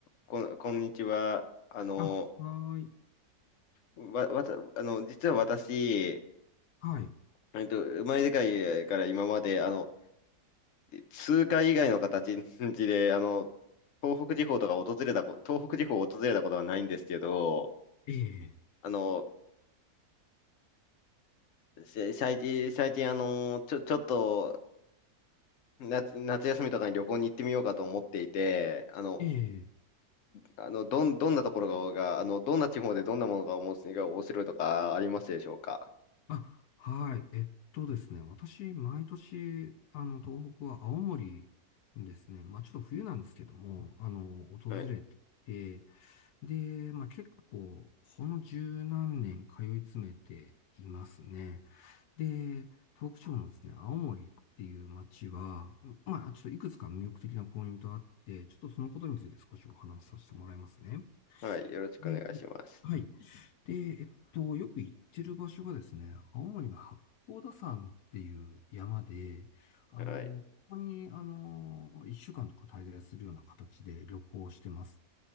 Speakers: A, on the left; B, on the left.
A: こん、こんにちは。あの、
B: あ、はーい。
A: わ、わた、あの、実は私、
B: はい。
A: えっと、生まれてからから今まで、あの、通貨以外の形で、あの、東北地方とか訪れたこ、東北地方を訪れたことはないんですけど、
B: ええ、
A: あの、せ最近、最近、あの、ちょ、ちょっと、夏、夏休みとかに旅行に行ってみようかと思っていて、あの、
B: ええ。
A: あの、どん、どんなところが、があの、どんな地方でどんなものが面白いが面白いとかありますでしょうか
B: あ、はい。えっとですね。私、毎年、あの、東北は青森にですね、まあ、ちょっと冬なんですけども、あの、訪れてて、
A: はい。
B: で、まあ、結構、この十何年通い詰めていますね。で、東北地方のですね、青森っていう街は、まあ、ちょっといくつか魅力的なポイントあって、ちょっとそのことについて少しお話しさせてもらいますね。
A: はい。よろしくお願いします。
B: ではい。で、えっと、よく行ってる場所がですね、青森の八甲田山っていう山で、あの、
A: はい。
B: ここに、あの、一週間とか滞在するような形で旅行してます。